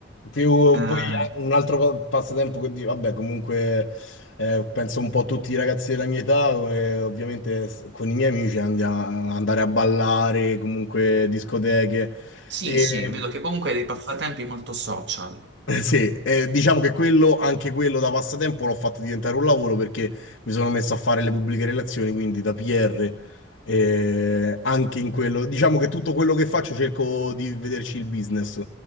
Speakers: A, on the left (about 75°); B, on the right (about 60°).
A: più
B: Eh,
A: poi un altro pa- passatempo che di- vabbè, comunque eh, penso un po' a tutti i ragazzi della mia età, eh, ovviamente s- con i miei amici andiamo a andare a ballare, comunque discoteche.
B: Sì,
A: E,
B: sì, vedo che comunque hai dei passatempi molto social.
A: Eh, Sì, eh, diciamo che quello, anche quello da passatempo l'ho fatto diventare un lavoro perché mi sono messo a fare le pubbliche relazioni, quindi da PR, eh, anche in quello. Diciamo che tutto quello che faccio cerco di vederci il business.